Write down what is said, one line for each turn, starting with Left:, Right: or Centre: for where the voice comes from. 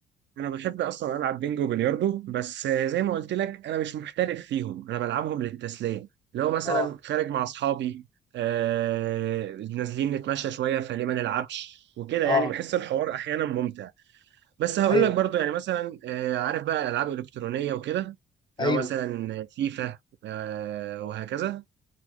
Right: انا بحب اصلا العب بينجو وبلياردو بس زي ما قلت لك انا مش محترف فيهم انا بلعبهم للتسليه لو مثلا
Left: آه،
Right: خارج مع اصحابي آه نازلين نتمشى شويه فليه ما نلعبش وكده
Left: آه،
Right: يعني بحس الحوار احيانا ممتع بس هقول
Left: أيوه،
Right: لك برضو يعني مثلا آه عارف بقى الالعاب الالكترونيه وكده لو
Left: أيوه،
Right: مثلا فيفا آه وهكذا